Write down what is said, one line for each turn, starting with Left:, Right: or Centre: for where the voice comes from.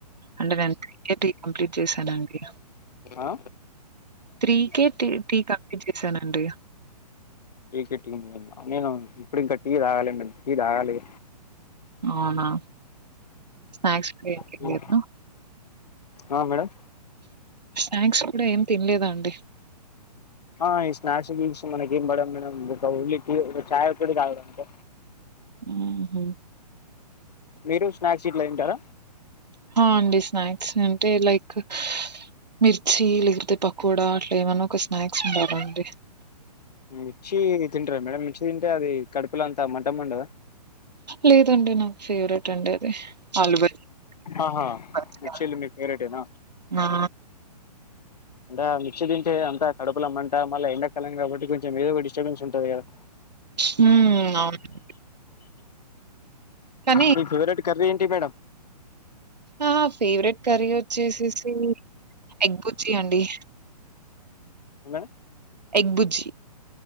Right: అంటే నేను కంప్లీట్ చేశానండి
Left: ఆ
Right: త్రీ కే కంప్లీట్ చేసానండి
Left: త్రి నేను ఇప్పుడు ఇంకా టీ తాగాలేం టీ తాగలే
Right: అవునా! స్నాక్స్ కూడా ఏం
Left: మ్మ్.
Right: తినలేదు.
Left: ఆ మేడం
Right: స్నాక్స్ కూడ ఏం తినలేదా అండి
Left: ఓ ఆ ఈ స్నాక్స్ గీక్సు మనకి ఏం పడ మేడం ఒక ఉల్లికి ఒక చాయ ఒక్కటి తాగుత అంతే
Right: హుహు.
Left: మీరు స్నాక్స్ గిట్ల తింటారా
Right: ఆ అండి స్నాక్స్ అంటే లైక్ మిర్చి లేకపోతే పకోడా అట్లా ఏమన్నా ఒక స్నాక్స్ ఉంటార అండి
Left: మిర్చి తింటార మేడం మిర్చి తింటే అది కడుపులంతా మంటమ్మండదా
Right: లేదండి నా ఫేవరేట్ అండి అది <unintelligible>
Left: ఆహా మిర్చీలు మీ ఫేవరెటేనా
Right: ఆ
Left: అంట మిక్చ తింటే అంత కడుపుల అమ్మంట మళ్ీ ఎండాకాలం కాబట్టి కొంచెం ఏదో స్టర్బెన్స్ ఉంటుంది కదా
Right: హు అవును కానీ
Left: మీ ఫేవరెట్ కర్రీ ఏంటి మేడం
Right: ఆ ఫేవరెట్ కర్రీ వచ్చేసేసి ఎగ్గు చీ అండి
Left: <unintelligible>
Right: ఎగ్బుజ్జి